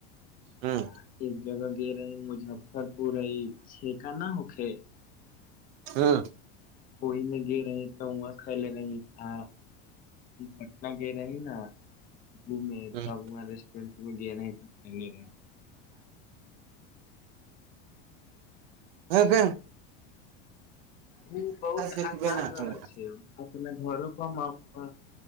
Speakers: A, on the right (about 75°); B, on the left (about 30°).
A: हूँ
B: आ एक जगह गेल रहेै मुजफ्फरपुर छेका ना हो खे
A: हँ
B: ओहि मे गेल रहें तऽ वहाँ खैले रहीं आ पटना गै रहे ही ने घूमे
A: हूँ
B: तब वहाँ रेस्टोरेटमे ग रहै त खा ल रह
A: ह ह
B: ओ बहुत
A: देखबे
B: आसान
A: न
B: रहल
A: करै
B: छै अपने घरो ब